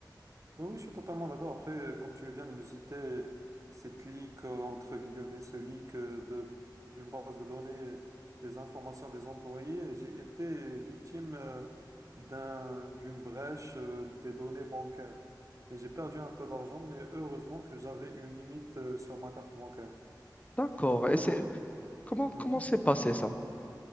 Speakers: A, on the right (about 45°); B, on the left (about 20°).
A: Oui, oui, je suis totalement d'accord. Après, euh, comme tu viens de me citer cette leak, euh, entre guillemets, ce leak euh, de, d'une base de données des informations des employés, j'ai été victime euh, d'un, d'une brèche euh, des données bancaires. Et j'ai perdu un peu d'argent, mais heureusement que j'avais une limite euh, sur ma carte bancaire.
B: D'accord.
A: Du coup,
B: Et c'est,
A: euh,
B: comment,
A: mhm.
B: comment s'est passé ça?